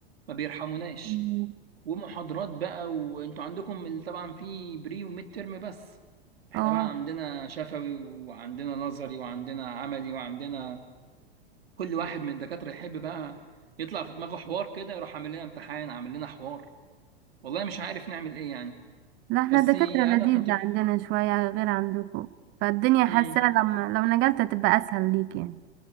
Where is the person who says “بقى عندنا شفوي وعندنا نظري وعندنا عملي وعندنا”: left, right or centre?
Right